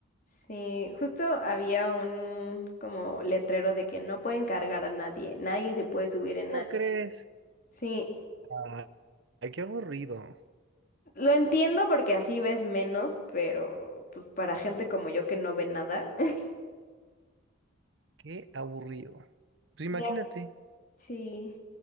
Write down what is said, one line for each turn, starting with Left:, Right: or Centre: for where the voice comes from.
Left: Sí, justo había un como letrero de que no pueden cargar a nadie, nadie se puede subir en
Right: ¿Cómo
Left: nadie.
Right: crees?
Left: Sí,
Right: Ah, qué aburrido,
Left: lo entiendo porque así ves menos, pero pues para gente como yo que no ve nada. <laughs>
Right: qué aburrido. Pues imagínate,
Left: Mira, Sí,